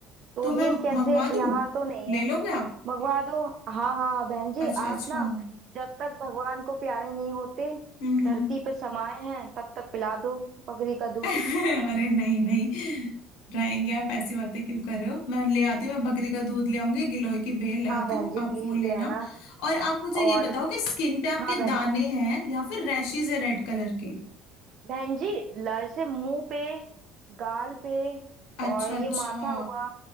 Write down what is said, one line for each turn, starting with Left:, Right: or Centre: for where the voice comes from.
Right: तो
Left: तो मैं
Right: ये कैसे
Left: मंगवा दूं
Right: यहाँ तो नहीं
Left: ले
Right: है
Left: लोगे आप
Right: मंगवा दो हाँ हाँ बहन जी
Left: अच्छा
Right: आप
Left: अच्छा
Right: ना
Left: हम्म
Right: जब तक भगवान को प्यारे नहीं होते
Left: हम्म
Right: धरती पे समाये हैं तब तक पिला दो बकरी का दूध
Left: <laughs> अरे नहीं नहीं रहेंगे आप ऐसी बातें क्यों कर रहे हो मैं ले आती हूँ मैं बकरी का दूध ले आऊंगी गिलोय की बेल ले आती
Right: हाँ बहन
Left: हूँ
Right: जी
Left: आप
Right: प्लीज
Left: वो लेना
Right: ले आना
Left: और आप मुझे
Right: और
Left: ये बताओ कि स्किन पे आपके
Right: हाँ बहन
Left: दाने
Right: जी
Left: हैं या फिर रैशेज है रेड कलर के
Right: बहन जी ल से मुंह पे गाल पे
Left: अच्छा
Right: और ये
Left: अच्छा
Right: माथा हुआ